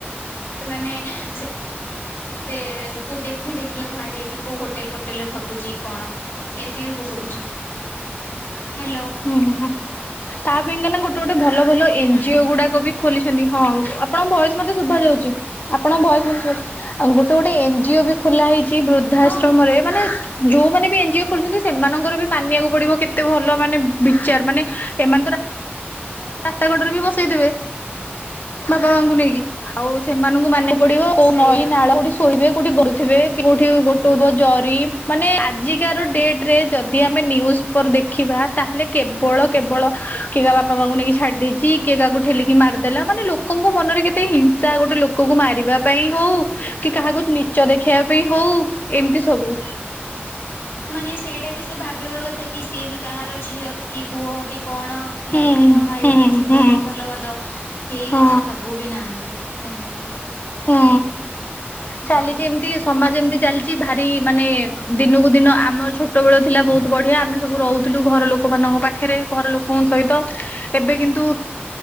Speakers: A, on the left; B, on the left.
A: ସେମାନେ ସେ ସେ କୁ ଦେଖୁ ଦେଖିଲାକୁ ମା ଯାଇକି କୋଉ ହୋଟେଲ ଫୋଟେଲରେ ଖଟୁଛି କଣ? ଏମିତି ବି ବହୁତ ହଉଛି। ହେଲୋ।
B: ହୁଁ ତା ପାଇଁ କା ନା ଗୋଟେ ଗୋଟେ ଭଲ ଭଲ ଏନଜିଓ
A: ହୁଁ
B: ଗୁଡାକ ବି ଖୋଲିଛନ୍ତି। ହଁ ଆପଣଙ୍କ ଭଏସ ମତେ ଶୁଭା ଯାଉଛି। ଆପଣଙ୍କ ଭଏସ ମତେ ଶୁ ଆଉ ଗୋଟେ ଗୋଟେ ଏନଜିଓ ବି ଖୋଲା ହେଇଛି ବୃଦ୍ଧାଶ୍ରମରେ।
A: ହଁ ହଁ।
B: ମାନେ ଯୋଉମାନେ ବି ଏନଜିଓ ଖୋଲଛନ୍ତି ସେମାନଙ୍କର ବି ମାନିବାକୁ ପଡିବ କେତ ଏତେ ଭଲ ମାନେ ବିଚାର ମାନେ ଏମାନେତ ରାସ୍ତା କଡରେ ବି ବସେଇ ଦବେ ବାପା ମାଙ୍କୁ ନେଇକି। ଆଉ ସେମାନଙ୍କୁ ମାନେ ପଡିବ! କୋଉ
A: ସେଇଆ
B: ନଈଁ ନାଳ
A: କଣ
B: କୋଉଠି ସୋଇବେ କୋଉଠି ଗଡୁଥିବେ! କୋଉଠି ଗୋଟେଇବ ଜରି। ମାନେ ଆଜିକାର ଡେଟ୍ ରେ ଯଦି ଆମେ ନ୍ୟୁଜ ଧର ଦେଖିବା? ତାହେଲେ କେବଳ କେବଳ <inaudible> ବାପା ମାଙ୍କୁ ନେଇକି ଛାଡି ଦେଇଛି। କିଏ କାହାକୁ ଠେଲିକି ମାରିଦେଲା। ମାନେ ଲୋକଙ୍କ ମନରେ କେତେ ହିଂସା ଗୋଟେ ଲୋକକୁ ମାରିବା ପାଇଁ ହଉ। କି କାହାକୁ ନିଚ୍ଚ ଦେଖେଇବା ପାଇଁ ହଉ? ଏମିତି ସବୁ।
A: ମାନେ ସେଇଟା ବି ସେ ଭାବିବା କଥା କି ସିଏ ବି କାହାର ଝିଅ କି ପୁଅ କି କଣ? ୟାର
B: ହୁଁ
A: ବି କଣ ଭାଇ
B: ହୁଁ
A: ଭଉଣୀ ଥିବ
B: ହୁଁ
A: ଭଲ ମନ୍ଦ! କେହି
B: ହଁ
A: କିଛି ଭାବୁ ବି ନାହାନ୍ତି ଏମିତି। ଏମିତି।
B: ହୁଁ।
A: ହଁ
B: ଚାଲିଛି ଏମିତି। ସମାଜ ଏମିତି ଚାଲିଛି। ଭାରି ମାନେ ଦିନକୁ ଦିନ ଆମ ଛୋଟ ବେଳ ଥିଲା ବହୁତ ବଢିଆ। ଆମେ ସବୁ ରହୁ ଥିଲୁ ଘର ଲୋକ ମାନଙ୍କ ପାଖରେ ଘର ଲୋକଙ୍କ ସହିତ ଏବେ କିନ୍ତୁ